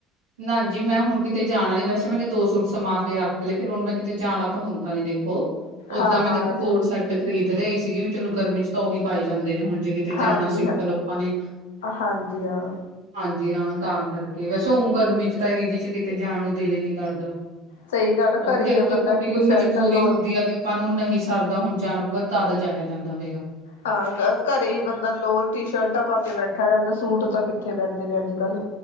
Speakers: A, on the right; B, on the left.
A: ਨਾਜੀ ਮੈਂ ਹੁਣ ਕਿਤੇ ਜਾਣਾ ਨੀ ਵੈਸੇ ਮੈਨੇ ਦੋ ਸੂਟ ਸਮਾ ਕੇ ਰੱਖ ਲਏ ਫੇਰ ਹੁਣ ਮੈਂ ਕਿਤੇ ਜਾਣਾ ਤਾਂ ਹੁੰਦਾ ਨੀ ਦੇਖੋ। ਓਦਾਂ
B: ਹਾਂ
A: ਮੈਂ
B: ਹਾਂ
A: ਦੇਖੋ
B: ਇਹ
A: ਕੋਡ
B: ਤਾਂ
A: ਸੈੱਟ ਖਰੀਦ ਲਿਆਈ ਸੀਗੀ ਵੀ ਚਲੋ ਗਰਮੀ ਚ ਤਾਂ ਓ ਹੀ ਪਾਏ ਜਾਂਦੇ ਨੇ ਹੁਣ ਜੇ ਤੇ
B: ਹਾਂਜੀ
A: ਜਾਣਾ ਸਿੰਪਲ
B: ਹਾਂ
A: ਆਪਾਂ ਨੇ
B: ਹਾਂਜੀ ਹਾਂ
A: ਹਾਂਜੀ ਹਾਂ ਤਾਂ ਕਰਕੇ ਵੈਸੇ ਉਂ ਗਰਮੀ ਚ ਤਾਂ ਐਹੀ ਜੀ ਚ ਕਿਤੇ ਜਾਣ ਨੂੰ ਦਿਲ ਈ ਨੀ ਕਰਦਾ।
B: ਸਹੀ ਗੱਲ
A: ਓ
B: ਘਰੇ
A: ਵੀ ਜਦੋਂ
B: ਹੀ ਆ
A: ਦੇਖੋ
B: ਬੰਦਾ
A: ਵੀ
B: ਟੀ
A: ਕੋਈ
B: ਸ਼ਰਟਾਂ
A: ਮਜਬੂਰੀ
B: ਲੋਰ
A: ਹੁੰਦੀ ਆ ਕਿ ਆਪਾਂ ਨੂੰ ਨਹੀਂ ਸਰਦਾ ਹੁਣ ਜਾਣਾ ਪਊਗਾ ਤਦ ਜਾਇਆ ਜਾਂਦਾ ਫੇਰ।
B: ਹਾਂ ਘਰੇ ਈ ਬੰਦਾ ਲੋਰ ਟੀ ਸ਼ਰਟਾਂ ਪਾ ਕੇ ਬੈਠਾ ਰੈਂਦਾ ਸੂਟ ਤਾਂ ਕਿੱਥੇ ਪੈਂਦੇ ਨੇ ਅੱਜ-ਕੱਲ।